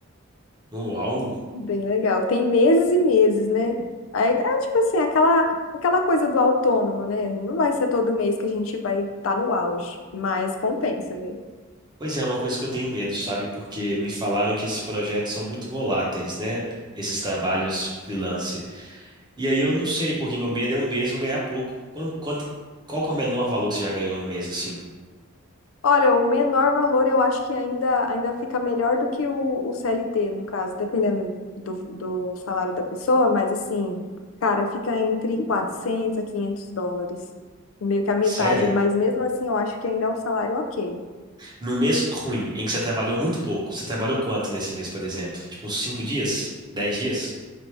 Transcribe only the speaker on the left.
<laughs> bem legal. Tem meses e meses, né? Aí, é tipo assim, aquela, aquela coisa do autônomo, né? Não vai ser todo mês que a gente vai estar no auge, mas compensa, viu?
Olha, o menor valor eu acho que ainda, ainda fica melhor do que o, o CLT, no caso, dependendo do, do salário da pessoa, mas assim, cara, fica entre 400, a 500 dólares, meio que a metade,
mas mesmo assim eu acho que ainda é um salário ok.